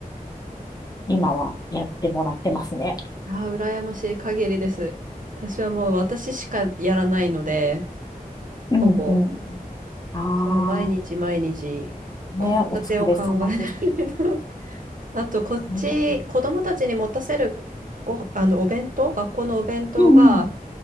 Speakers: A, on the left; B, on the right.
A: 今はやってもらってますね。
B: ああ、羨ましい限りです。私はもう私しかやらないので、
A: うんうん。
B: ほぼ、
A: あ
B: それ毎日毎日、
A: あ、
B: 献立を考えないと。
A: ね、お疲れ様です。
B: あと、こっち、
A: 本当に。
B: 子供たちに持たせるご、あの、お弁当、学校のお弁当が、
A: うんうん。